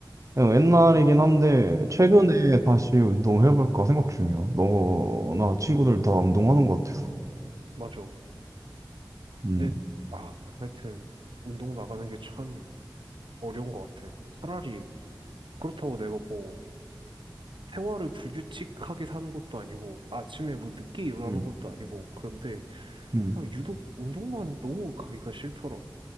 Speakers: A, on the right; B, on the right.
A: 그냥 옛날이긴
B: 어,
A: 한데 최근에 다시 운동해볼까 생각 중이야. 너나 친구들 다 운동하는 것 같아서.
B: 맞아.
A: 음,
B: 근데, 아, 하여튼, 운동 나가는 게 참 어려운 것 같아. 차라리, 그렇다고 내가 뭐, 생활을 불규칙하게 사는 것도 아니고, 아침에 뭐 늦게 일어나는
A: 음,
B: 것도 아니고, 그런데,
A: 음,
B: 그냥 유독 운동만 너무 가기가 싫더라고.